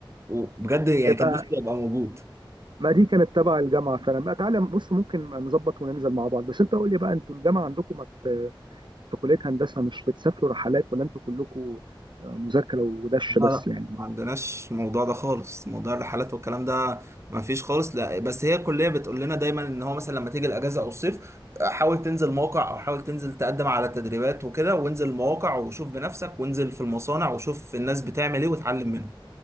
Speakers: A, on the right; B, on the right.
A: وبجد يعني
B: يبقى
A: كان نفسي ابقى موجود
B: ما دي كانت تبع الجامعه فعلا بقى تعالى بص ممكن نظبط وننزل مع بعض بس انت قول لي بقى انتوا الجامعه عندكم ما بت- في كلية هندسة مش بتسافروا رحلات ولا انتوا كلكم مذاكرة ودش
A: لا
B: بس
A: لا
B: يعني
A: ما عندناش الموضوع ده خالص موضوع الرحلات والكلام ده ما فيش خالص لا بس هي الكليه بتقول لنا دايما ان هو مثلا لما تيجي الاجازه او الصيف حاول تنزل موقع او حاول تنزل تقدم على تدريبات وكده وانزل المواقع وشوف بنفسك وانزل في المصانع وشوف الناس بتعمل ايه وتعلم منهم